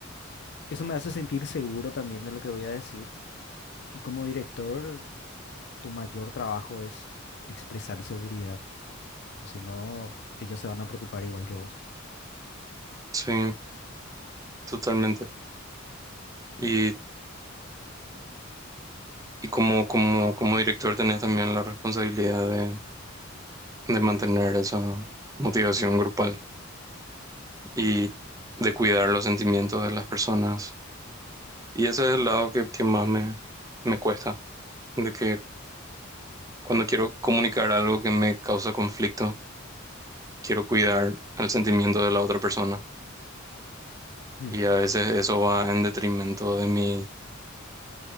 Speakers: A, on the left; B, on the right.
A: eso me hace sentir seguro también de lo que voy a decir. Y como director, tu mayor trabajo es expresar seguridad, o si no, ellos se van a preocupar igual que vos.
B: Sí, totalmente. Y, y como, como, como director tenés también la responsabilidad de, de mantener esa motivación grupal y de cuidar los sentimientos de las personas. Y ese es el lado que, que más me, me cuesta, de que cuando quiero comunicar algo que me causa conflicto, quiero cuidar el sentimiento de la otra persona.
A: Mm,
B: Y a veces eso va en detrimento de mi